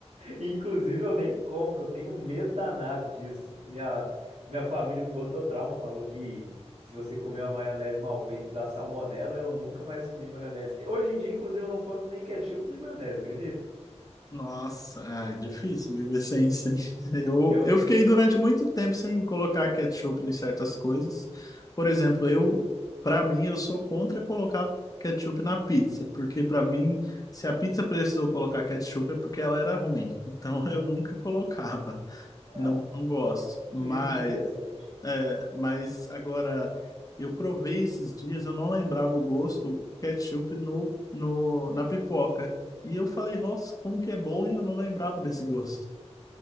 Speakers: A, on the right; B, on the left.
A: Inclusive, eu nem como, que eu tenho um medo danado disso. Minha, minha família me botou trauma, falou que se você comer uma maionese mal feita dá salmonela, eu nunca mais comi maionese. Hoje em dia, inclusive, eu não como nem ketchup nem maionese, acredita?
B: Nossa, ah, é difícil viver sem, sem. <laughs> Eu,
A: Eu
B: eu
A: não...
B: fiquei durante muito tempo sem colocar ketchup em certas coisas. Por exemplo, eu, para mim, eu sou contra colocar ketchup na pizza, porque para mim, se a pizza precisou colocar ketchup é porque ela era ruim. Então <laughs> eu nunca colocava.
A: É
B: Não,
A: um
B: não gosto.
A: ponto
B: Mas
A: de vista interessante.
B: É, mas agora eu provei esses dias, eu não lembrava o gosto ketchup no, no, na pipoca. E eu falei, nossa, como que é bom e eu não lembrava desse gosto.